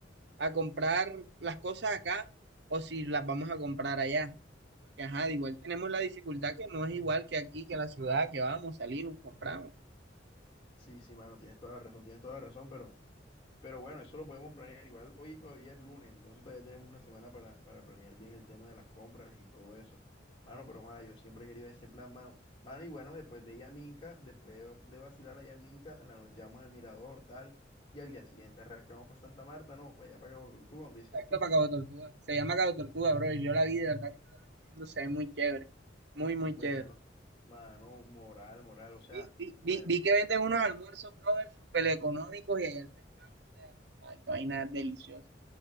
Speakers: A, on the right; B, on the left.
A: a comprar las cosas acá o si las vamos a comprar allá, porque ajá, igual tenemos la dificultad que no es igual que aquí, que la ciudad, que vamos, salimos, compramos.
B: Sí, sí, mano, tienes toda la razón, tienes toda la razón, pero Pero bueno, eso lo podemos planear. Igual hoy todavía es lunes, entonces todavía tenemos una semana para, para planear bien el tema de las compras y todo eso. Mano, pero Juan, yo siempre he querido ese plan, mano. Mano, y bueno, después de Yaminca, después de vacilar allá en Minca, en la noche vamos al Mirador, tal, y al día siguiente arrancamos para Santa Marta, ¿no? Para allá, para Cabo Tortuga, donde dices
A: Exacto,
B: tú.
A: para Cabo Tortuga, se llama Cabo Tortuga, bro, y yo la vi, de verdad que te lo recomiendo, se ve muy chévere, muy, muy
B: Bueno,
A: chévere.
B: mano, moral, moral, o sea,
A: Vi, vi-
B: pues
A: vi- vi que venden unos almuerzos, brother, súper económicos y allá el pescado, o sea, ay, qué vaina deliciosa.